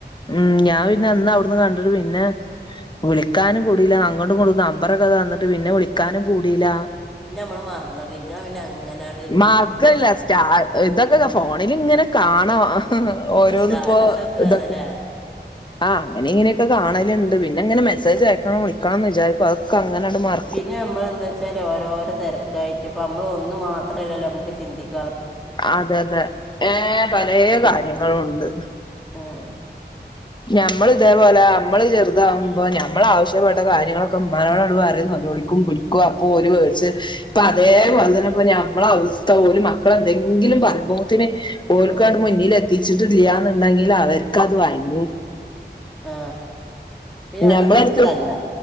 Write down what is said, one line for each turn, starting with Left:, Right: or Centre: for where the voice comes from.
Left: ഉം, ഞാൻ പിന്നെ അന്ന് അവുട്ന്ന് കണ്ടിട്ട്, പിന്നെ വിളിക്കാനും കൂടില അങ്ങട്ടും ഇങ്ങട്ടും നമ്പറൊക്കെ തന്നിട്ട് പിന്നെ വിളിക്കാനും കൂടീല്ല
Centre: ഇപ്പ മറന്ന പെയ്യാ പിന്നെ അങ്ങനാണ്
Left: മാർക്കല്ല സ്റ്റാ ഇതൊക്കെ ഫോണില് ഇങ്ങനെ കാണും ഓരോന്ന്
Centre: സ്റ്റാറ്റസ്
Left: പ്പോ
Centre: ഒക്കെ
Left: ഇതൊക്ക.
Centre: ആണല്ലേ
Left: ആഹ് അങ്ങനെ ഇങ്ങനൊക്കെ കാണലുണ്ട് പിന്നെങ്ങെനെ മെസ്സേജ് അയക്കണം വിളിക്കണന്ന് വിചാരിക്കും അതൊക്കെ അങ്ങനട് മറ
Centre: പിന്നെ നമ്മളെന്താ ച്ചാൽ ഓരോരോ തെരക്കായിട്ട്, പ്പ നമ്മൾ ഒന്നു മാത്ര ല്ലല്ലോ നമുക്ക് ചിന്തിക്ക്.
Left: അതെ അതെ ഏഹ് പലെ കാര്യങ്ങളുണ്ട്
Centre: ആഹ്
Left: ഷെ, അമ്മള് ഇതേപോലെ അമ്മള് ചെറുതാവുമ്പോ, ഞമ്മള് ആവശ്യപ്പെട്ട കാര്യങ്ങളൊക്കെ, മ്മാനോട് ആണ്ട് പറിം. നെലോളിക്കും പിടിക്കും. ക്കും അപ്പൊ ഓല് മേട്ച്ച് ഇപ്പൊ അതേപോലെ തന്നെപ്പോ നമ്മളെ അവസ്ഥ ഓല് മക്കള് എന്തെങ്കിലും പറയുമ്പോ ത്തിന് ഓൽക്കണ്ട്
Centre: ഉം,
Left: മുന്നില് എത്തിച്ചിട്ടില്ല്യന്നുണ്ടെങ്കില് അവർക്കത് വയ് <unintelligible>
Centre: ആ പിന്നെ
Left: നമ്മളെ
Centre: അന്നത്തെ ദിവസം
Left: അടുത്ത്
Centre: തല്ല